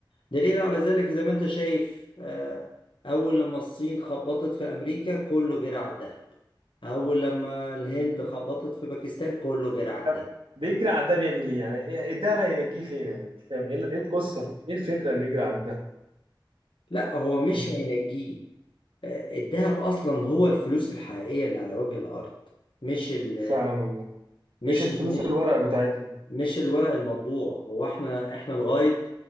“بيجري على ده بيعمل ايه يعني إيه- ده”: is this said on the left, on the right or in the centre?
Right